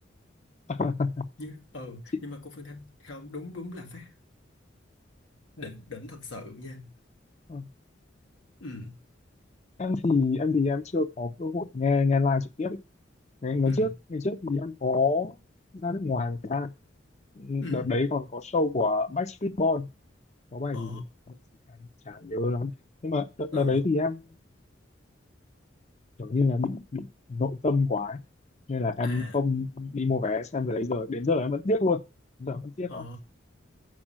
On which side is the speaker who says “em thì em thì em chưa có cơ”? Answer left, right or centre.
Left